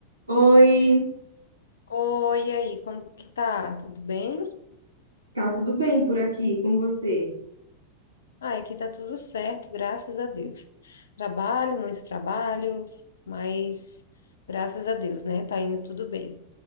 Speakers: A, on the right; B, on the left.
A: Oi,
B: Oi, e aí, como que tá? Tudo bem?
A: tá tudo bem por aqui com você?
B: Ah, aqui tá tudo certo, graças a Deus. Trabalho, muitos trabalhos, mas graças a Deus, né? Tá indo tudo bem.